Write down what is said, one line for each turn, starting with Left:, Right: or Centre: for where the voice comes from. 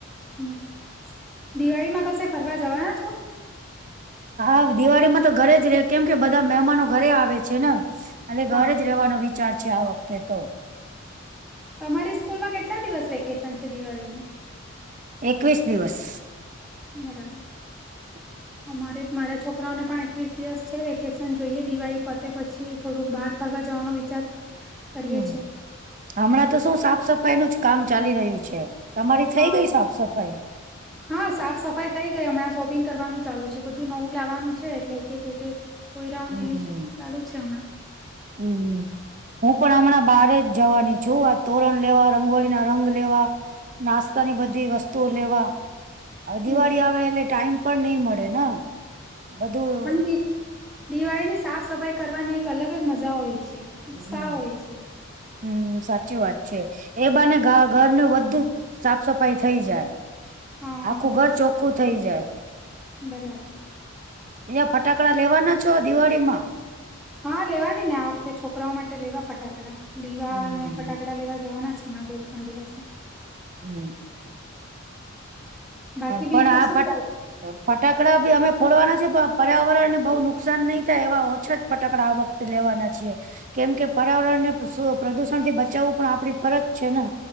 Centre: બરા દિવાળીમાં કશે ફરવા જવાના છો.
Right: હા દિવાળીમાં તો ઘરે જ ર કેમ કે બધા મહેમાનો ઘરે આવે છે ને. એ
Centre: હા.
Right: ઘરે જ રેવાનો વિચાર છે આ વખતે તો.
Centre: તમારી સ્કૂલ માં કેટલા દિવસ વેકેશન છે દિવાળીનું.
Right: એકવીસ દિવસ.
Centre: બરાબર.
Right: <inaudible>
Centre: અમારે મારા છોકરાઓને પણ એકવીસ દિવસ છે વેકેશન જોઈએ દિવાળી પતે પછી. થોડુંક બહાર ફરવા જવાનો વિચાર. કરીએ
Right: હમ
Centre: છે
Right: હમણાં તો શું સાફ સફાઈ નું જ કામ ચાલી રહ્યું છે. તમારી
Centre: હા
Right: થઈ ગઈ સાફ સફાઈ.
Centre: હા સાફ સફાઈ થઈ ગઈ હમણાં શોપિંગ કરવાનું ચાલુ છે બધું નવું લાવવાનું છે એટલે એક એક એક. કોયરાઓની
Right: હમ.
Centre: લિસ્ટ ચાલુ છે હમણાં.
Right: હમ. હું પણ હમણાં બહાર જ જવાની છું આ તોરણ લેવા રંગોલીના રંગ લેવા. નાસ્તાની બધી વસ્તુઓ લેવા. હવે
Centre: હમ,
Right: દિવાળી
Centre: બરાબર
Right: આવે એટલે ટાઈમ પણ નઈિ મળે ને બધું.
Centre: પણ દી દિવાળીની સાફ સફાઈ કરવાની એક અલગજ મજા હોય છે. ઉત્સાહ
Right: હમ
Centre: હોય છે
Right: હમ સાચી વાત છે એ બને ઘરનું બધું. સાફ સફાઈ થઈ જાય
Centre: હા
Right: આખું ઘર
Centre: એજ
Right: ચોખ્ખું થઈ જાય.
Centre: બરાબર.
Right: બીજા ફટાકડા લેવાના છો દિવાળીમાં.
Centre: હા લેવાની ને આ વખતે છોકરાઓ માટે લેવા ફટાકડા દીવા
Right: હમ
Centre: ને ફટ. ટાકડા લેવા જવાના છે હમણાં બે ત્રણ દિવસ.
Right: હમ.
Centre: બાકી બીજું
Right: પણ આ
Centre: શું
Right: ફટાક
Centre: કર.
Right: ફટાકડા બી અમે ફોડવાના છે પણ પર્યાવરણને બહુ નુકસાન નહી થાય એવા ઓછા. ફટાકડા આ વખતે લેવાના છીએ. કેમ કે પર્યાવરણ ને પ્રદુષણથી બચાવવું પણ આપડી ફરજ છે ને.